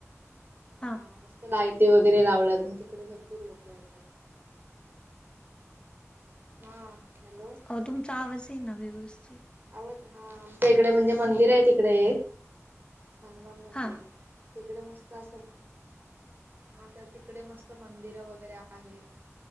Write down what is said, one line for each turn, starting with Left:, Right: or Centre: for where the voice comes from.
Right: अ
Left: हां
Right: मस्त लाइटी वगैरे लावल्यात. मग तिकडे भरपूर लोक येतात. हा. हॅलो
Left: अ तुमचा आवाज आहे ना, व्यवस्थित
Right: आवाज हा, आमच्या इकडे म्हणजे मंदिर आहे तिकडे. हनुमान मंदिर
Left: हां
Right: तिकडे मस्त असल? हा, तर तिकडे मस्त मंदिर वगैरे आहेत.